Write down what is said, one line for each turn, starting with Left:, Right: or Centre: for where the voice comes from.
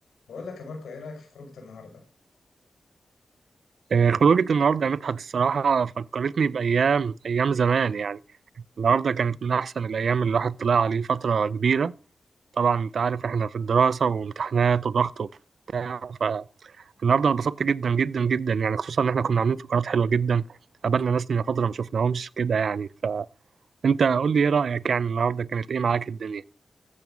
Left: بقول لك يا ماركو ايه رايك في خروجه النهارده
Right: آه، خروجة النهاردة يا مدحت الصراحة فكرتني بأيام أيام زمان يعني النهاردة كانت من أحسن الأيام اللي الواحد طلع عليه فترة كبيرة طبعا أنت عارف إحنا في الدراسة وامتحانات وضغط وبتاع فالنهاردة أنا اتبسطت جدا جدا جدا يعني خصوصا إن إحنا كنا عاملين فقرات حلوة جدا قابلنا ناس من فترة ما شفناهمش كده يعني فأنت قول لي إيه رأيك يعني النهاردة كانت إيه معاك الدنيا؟